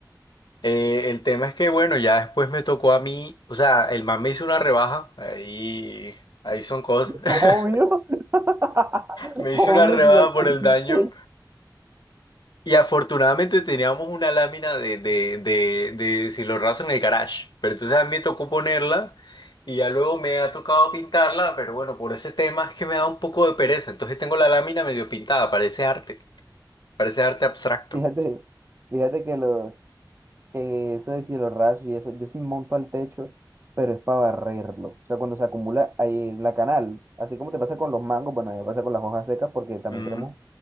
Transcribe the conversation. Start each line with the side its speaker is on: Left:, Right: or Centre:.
Left: Eh, el tema es que, bueno, ya después me tocó a mí, o sea, el man me hizo una rebaja, ahí, ahí son cosas. <laughs>
Right: obvio, <laughs>
Left: Me
Right: obvio
Left: hizo una rebaja
Right: si dañaste
Left: por el daño.
Right: el techo.
Left: Y afortunadamente teníamos una lámina de, de, de, de cielorraso en el garage, pero entonces a mí me tocó ponerla y ya luego me ha tocado pintarla, pero bueno, por ese tema es que me da un poco de pereza, entonces tengo la lámina medio pintada, parece arte, parece arte abstracto.
Right: Fíjate, fíjate que los, que eso de cielo raso y eso, yo sí me monto al techo, pero es para barrerlo. O sea, cuando se acumula ahí en la canal, así como te pasa con los mangos, bueno, a mí me pasa con las hojas secas porque también
Left: Mm,
Right: tenemos,